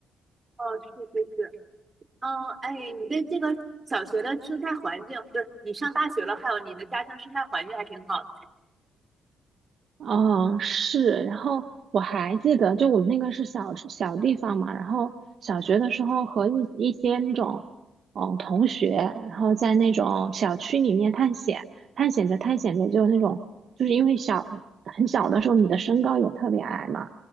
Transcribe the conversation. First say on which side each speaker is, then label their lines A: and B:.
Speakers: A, on the right; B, on the right.
A: 哦，是是是，嗯，哎，你对这个小学的生态环境，不是你上大学了，还有你的家乡生态环境还挺好的。
B: 哦，是，然后我还记得，就我们那个是小小地方嘛，然后小学的时候和一一些那种，嗯，同学，然后在那种小区里面探险，探险着探险着就那种，就是因为小很小的时候你的身高也特别矮嘛，